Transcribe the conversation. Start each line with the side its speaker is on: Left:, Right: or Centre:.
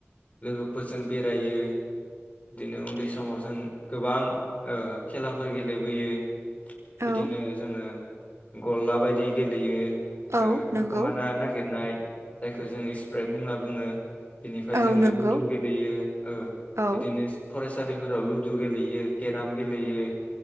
Left: लोगोफोरजों बेरायो बिदिनो उन्दै समाव जों गोबां ओ खेलाफोर गेलेबोयो
Right: औ
Left: बिदिनो जोङो गलला बायदि गेलेयो
Right: औ
Left: ओ
Right: नंगौ
Left: थाखुमाना नागिरनाय जायखो जों स्प्रेड होनना बुङो बिनिफाय
Right: औ
Left: जोङो
Right: नंगौ
Left: लुदु गेलेयो ओ
Right: औ
Left: बिदिनो फरायसालिफोराव लुदु गेलेयो केराम गे लेयो